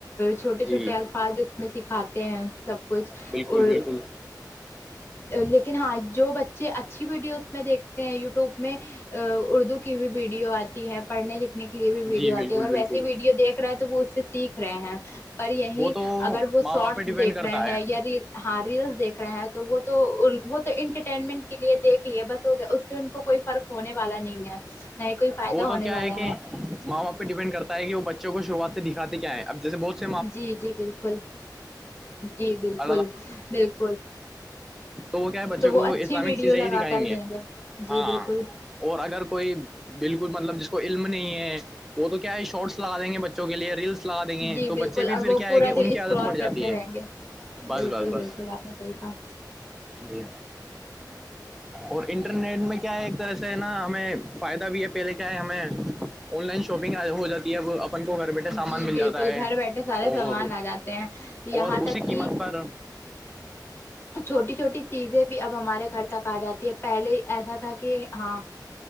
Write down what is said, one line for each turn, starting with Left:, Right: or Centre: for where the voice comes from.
Left: چھوٹے
Centre: جی
Left: چھوٹے الفاظ اس میں سکھاتے ہیں سب کچھ
Centre: بالکل
Left: اور
Centre: بالکل
Left: لیکن ہاں جو بچے اچھی ویڈیوز میں دیکھتے ہیں یوٹیوب میں اردو کی بھی ویڈیو آتی ہے پڑھنے لکھنے کے لیے بھی ویڈیو
Centre: جی بالکل
Left: آتی ہے اگر
Centre: بالکل
Left: ویسے ویڈیو دیکھ رہا ہے تو وہ اس سے سیکھ رہے ہیں پر یہی
Centre: وہ تو
Left: اگر وہ
Centre: ماں
Left: شارٹس
Centre: باپ پہ ڈیپینڈ
Left: دیکھ
Centre: کرتا
Left: رہے
Centre: ہے
Left: ہیں یا ہاں ریلس دیکھ رہے ہیں تو وہ تو وہ تو انٹرٹینمنٹ کے لیے دیکھ لیے بس ہو گ اس سے ان کو کوئی فرق ہونے والا نہیں ہے نہ ہی کوئی فائدہ
Centre: وہ تو
Left: ہونے
Centre: کیا
Left: والا
Centre: ہے کہ ماں باپ پہ ڈیپینڈ کرتا ہے کہ وہ بچہ کو شروعات سے دکھاتے کیا ہےب جیسے بہت
Left: جی جی بالکل جی بالکل
Centre: <inaudible>
Left: بالکل
Centre: تو وہ کیا ہے بچے
Left: تو
Centre: کو
Left: وہ اچھی
Centre: اسلامک
Left: ویڈیو
Centre: چیزیں
Left: لگا
Centre: ہی دکھائیں
Left: کر
Centre: گے
Left: دیں
Centre: ہاں
Left: جی بالکل
Centre: اور اگر کوئی بالکل مطلب جس کو علم نہیں ہے وہ تو کیا ہے شارٹس لگا دیں گے بچوں کے لیے ریلس لگا دیں گے
Left: جی
Centre: تو
Left: بالکل
Centre: بچے بھی
Left: اور
Centre: پھر
Left: وہ
Centre: کیا
Left: پورا
Centre: ہے کہ ان
Left: دن
Centre: کی
Left: اسکلور
Centre: عادت پڑ جاتی
Left: کرتے رہیں
Centre: ہے
Left: گے
Centre: بس
Left: بالکل
Centre: بس بس
Left: بالکل آپ بتے کا
Centre: جی اور انٹرنیٹ میں کیا ہے اس طرح سے نا ہمیں فائدہ بھی ہے پہلے کیا ہے ہمیں آن لائن شاپنگ ہو جاتی ہے اپن کو گھر بیٹھے سامان
Left: جی
Centre: مل جاتا
Left: بالکل
Centre: ہے
Left: گھر بیٹھے سارے
Centre: اور
Left: سامان آ جاتے ہیں یہاں
Centre: اور
Left: تک
Centre: اسی قیمت
Left: کہ
Centre: پر
Left: چھوٹی چھوٹی چیزیں بھی اب ہمارے گھر تک آ جاتی ہے پہلے ایسا تھا کہ ہاں